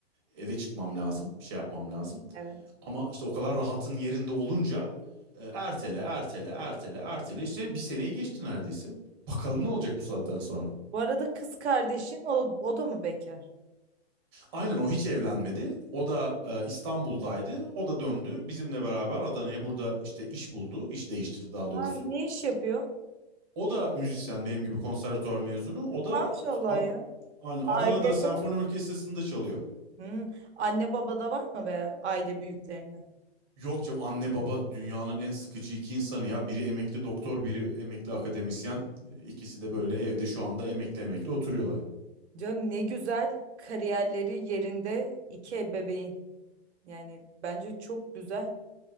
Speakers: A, on the right (about 25°); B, on the right (about 85°).
A: Eve çıkmam lazım. Bir şey yapmam lazım.
B: Evet.
A: Ama işte o kadar rahatın yerinde olunca e, ertele ertele ertele ertele işte bir seneyi geçti neredeyse. Bakalım ne olacak bu saatten sonra.
B: Bu arada kız kardeşin o, o da mı bekar?
A: Aynen o hiç evlenmedi. O da e, İstanbul'daydı. O da döndü. Bizimle beraber Adana'ya burada işte iş buldu. İş değiştirdi daha
B: Ha,
A: doğrusu.
B: ne iş yapıyor?
A: O da müzisyen benim gibi konservatuvar mezunu. O da
B: Maşallah
A: t- Ad-
B: ya.
A: aynen
B: Ailede
A: Adana'da senfoni
B: var.
A: orkestrasında çalıyor.
B: Hmm, Anne babada var mı veya aile büyüklerinde?
A: Yok canım anne baba dünyanın en sıkıcı iki insanı ya. Biri emekli doktor, biri emekli akademisyen. E, İkisi de böyle evde şu anda emekli emekli oturuyorlar.
B: canım ne güzel kariyerleri yerinde iki ebeveyn. Yani bence çok güzel.